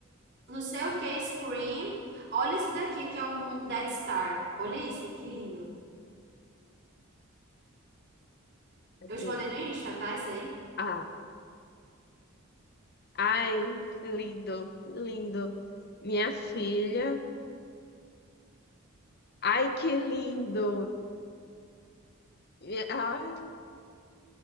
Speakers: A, on the right (about 55°); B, on the left (about 50°).
A: não sei o que, screen. Olha esse daqui, que é um Dead Star. Olha isso, que lindo.
B: cadê?
A: Eu te mandei no Insta, tá? Esse aí.
B: Ah, ai, lindo, lindo. Minha filha, ai que lindo. Minha- Ai,